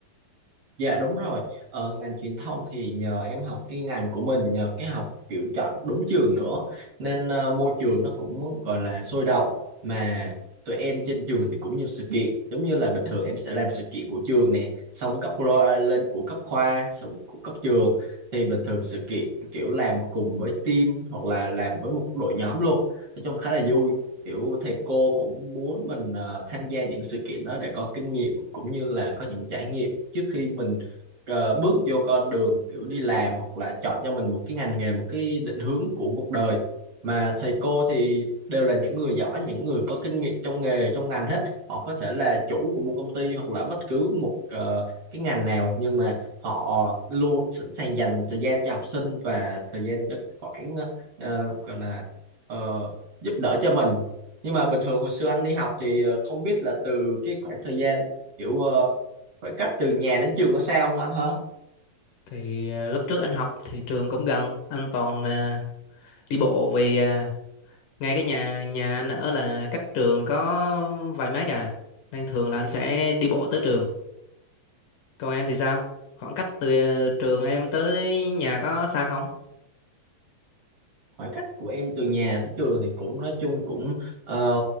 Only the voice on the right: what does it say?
Dạ đúng rồi, ờ, ngành truyền thông thì nhờ em học cái ngành của mình, nhờ cái học kiểu chọn đúng trường nữa, nên ờ, môi trường nó cũng gọi là sôi động, mà tụi em trên trường thì cũng nhiều sự kiện, giống như là bình thường em sẽ làm sự kiện của trường nè, xong cấp ro- lên của cấp khoa, xong của cấp trường, thì bình thường sự kiện kiểu làm cùng với team hoặc là làm với một đội nhóm luôn, nói chung khá là vui kiểu thầy cô cũng muốn mình ờ, tham gia những sự kiện đó để có kinh nghiệm cũng như là có những trải nghiệm trước khi mình ờ, bước vô con đường kiểu đi làm hoặc là chọn cho mình một cái ngành nghề một cái định hướng của cuộc đời mà thầy cô thì đều là những người giỏi những người có kinh nghiệm trong nghề trong ngành hết họ có thể là chủ của một công ty hoặc là bất cứ một ờ, cái ngành nào nhưng mà họ luôn sẵn sàng dành thời gian cho học sinh và thời gian cho khoảng ờ, gọi là ờ, giúp đỡ cho mình nhưng mà bình thường hồi xưa anh đi học thì ờ, không biết là từ cái khoảng thời gian kiểu ờ, khoảng cách từ nhà đến trường có xa không anh hả
khoảng cách của em từ nhà tới trường thì cũng nói chung cũng ờ,